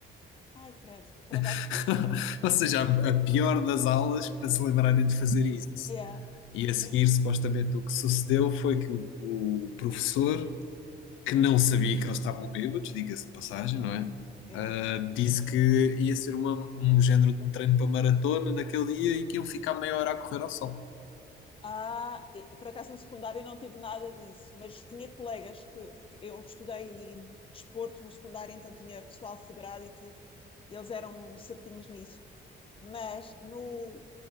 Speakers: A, on the left; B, on the left.
A: Ai, credo, por acaso,
B: <laughs> Ou seja, a, a pior das aulas para se lembrarem de fazer isso.
A: yeah,
B: E a seguir,
A: isso.
B: supostamente, o que sucedeu foi que o, o professor que não sabia que eles estavam bêbados, diga-se de passagem, não é?
A: Yeah.
B: Ah, disse que ia ser uma- um género de um treino para maratona naquele dia e que iam ficar meia hora a correr ao sol.
A: Ah, por acaso no secundário eu não tive nada disso, mas tinha colegas que, porque eu estudei desporto no secundário, então tinha pessoal federado e tudo, e eles eram certinhos nisso. Mas no